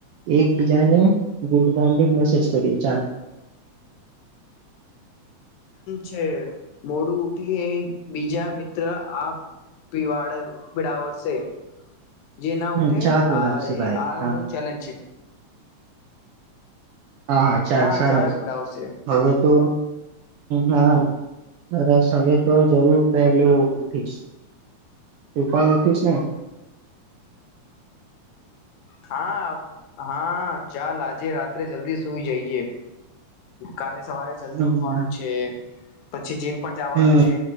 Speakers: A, on the right; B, on the left.
A: એકબીજાને ગુડ મોર્નિંગ મેસેજ કરીએ ચાલ. <inaudible>
B: છે મોડું ઉઠી એ બીજા મિત્ર આ પીવાળ પીડાવશે જે ના
A: હમ
B: ઉઠે
A: ચા પીવડાવશે
B: આ
A: ભાઈ
B: આ
A: હા
B: નો ચેલેન્જ છે.
A: હા હા ચાલ
B: ચા
A: સરસ
B: ચા પીડાવશે
A: હવે તો હા સરસ હવે તો જરૂર પહેલું ઉઠીશ તુ પણ ઉઠીસ‌ ને
B: હા હા ચાલ આજે રાત્રે જલ્દી સુઈ જઈએ કાલે સવારે જલ્દી
A: હમ
B: ઉઠવાનું છે પછી જીમ પણ જવાનું
A: હમ
B: છે